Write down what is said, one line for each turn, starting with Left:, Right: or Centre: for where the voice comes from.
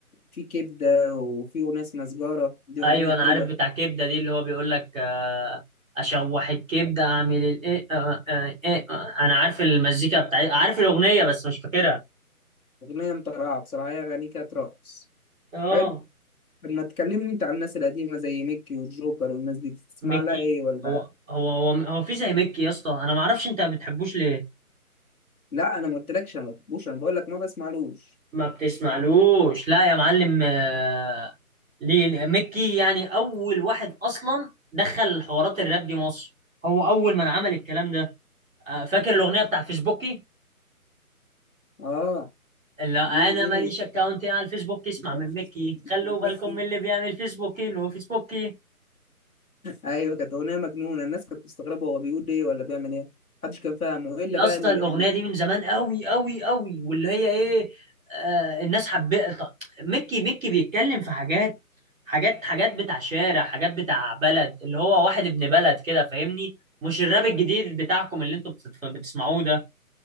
Left: في كبدة وفي أغنية اسمها سجارة دي أغنية
Centre: ايوه
Left: حلوة
Centre: انا عارف بتاع كبده دي اللي هو بيقول لك آه، اشوح الكبده اعمل الايه آه، آه، إيه، آه. انا عارف المزيكا بتاعي عارف الاغنيه بس مش فاكرها
Left: أغنية مطرقعة بصراحة هي أغاني كانت رقص
Centre: اه
Left: حلو طب ما تكلمني أنت عن الناس القديمة زي ميكي والجوكر والناس دي بتسمع
Centre: ميكي
Left: لها إيه ولا
Centre: هو هو هو هو في زي ميكي يا اسطى انا ما اعرفش انت ما بتحبوش ليه
Left: لا أنا ما قلتلكش أنا ما بحبوش أنا بقول لك ما بسمعلوش
Centre: ما بتسمعلوش لا يا معلم آه، ليه مكي يعني اول واحد اصلا دخل حوارات الراب دي مصر هو اول من عمل الكلام ده آه، فاكر الاغنيه بتاع فيسبوكي
Left: آه
Centre: اللي انا
Left: مين مين
Centre: ماليش
Left: ينسى
Centre: اكاونت
Left: بقى؟
Centre: على الفيسبوك اسمع
Left: أنت عارف
Centre: من مكي
Left: اسمه
Centre: خلوا
Left: ميكي
Centre: بالكم من اللي بيعمل فيسبوكي لو فيسبوكي
Left: أيوه كانت أغنية مجنونة الناس كانت مستغربة هو بيقول إيه ولا بيعمل إيه محدش كان فاهمه إلا
Centre: يا
Left: بقى
Centre: اسطى
Left: اللي
Centre: الاغنيه
Left: اللي
Centre: دي من زمان قوي قوي قوي واللي هي ايه آه الناس حبت ميكي ميكي بيتكلم في حاجات حاجات حاجات بتاع شارع حاجات بتاع بلد اللي هو واحد ابن بلد كده فاهمني مش الراب الجديد بتاعكم اللي انتوا بتت- بتسمعوه ده